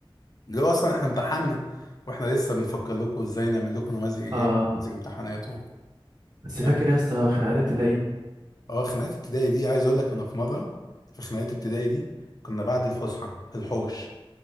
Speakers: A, on the left (about 45°); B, on the right (about 45°).
A: اللي هو اصلا احنا امتحنا واحنا لسه بنفكر لكم ازاي نعمل لكم نماذج ايجابي
B: آه
A: ونماذج امتحانات و...
B: بس
A: يعني
B: فاكر يا اسطى خناقات ابتدائي
A: اه خناقات ابتدائي دي عايز اقول لك انا في مره في خناقات ابتدائي دي كنا بعد الفسحه في الحوش